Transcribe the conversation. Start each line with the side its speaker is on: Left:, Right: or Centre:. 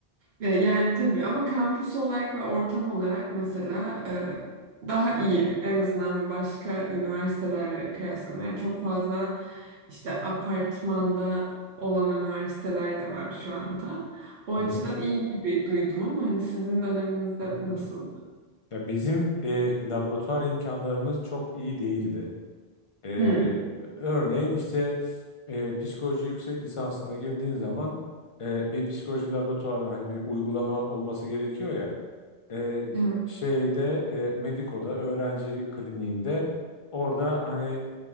Right: E, Yani tabii ama kampüs olarak ve ortam olarak mesela e, daha iyi. En azından hani başka üniversitelerle kıyaslamaya. Yani çok fazla işte apartmanda olan üniversiteler de var şu anda. O açıdan
Left: Hı hı.
Right: iyi gibi duydum ama hani sizin döneminizde
Left: Hı.
Right: nasıl?
Left: Ya bizim e, laboratuvar imkanlarımız çok iyi değildi. E,
Right: Hmm.
Left: örneğin işte e, psikoloji yüksek lisansına girdiğin zaman e, bir psikoloji laboratuvarı hani bir uygulama olması gerekiyor ya. E, bir
Right: Evet.
Left: şeyde e, Mediko'da öğrenci kliniğinde orada hani